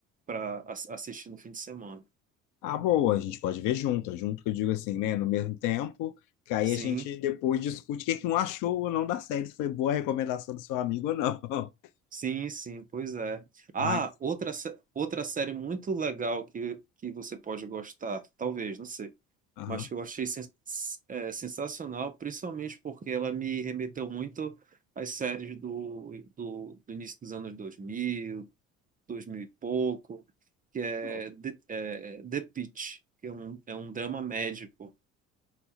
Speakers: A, on the right; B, on the left.
A: para assistir no fim de semana
B: Ah, boa, a gente pode ver junto, é junto que eu digo assim, né? No mesmo tempo, que aí
A: sim
B: a gente depois discute o que que um achou ou não da série, se foi boa a recomendação do seu amigo ou não. <laughs>
A: sim sim pois é ah
B: Mas,
A: outra sé- outra série muito legal que que você pode gostar talvez não sei
B: aham.
A: mas que eu achei sen- é, sensacional, principalmente porque ela me remeteu muito às séries do, do, do início dos anos 2000, 2000 e pouco, que é
B: Não,
A: The, é, The Pitt, que é um, é um drama médico.